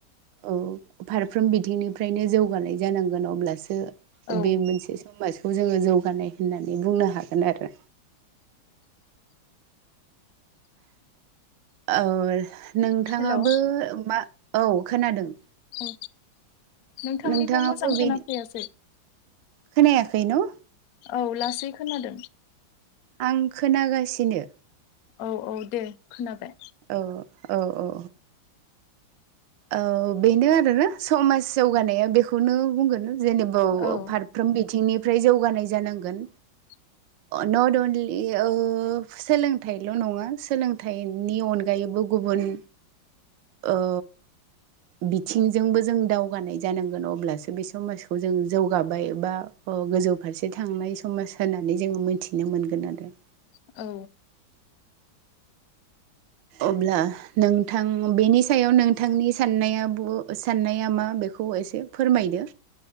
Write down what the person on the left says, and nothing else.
औ
हेल' औ
औ नोंथांनिखौ
मोजां
खोनाफैयासै।
औ लासै खोनादों
औ औ दे खोनाबाय
औ
<inaudible>
<inaudible>
औ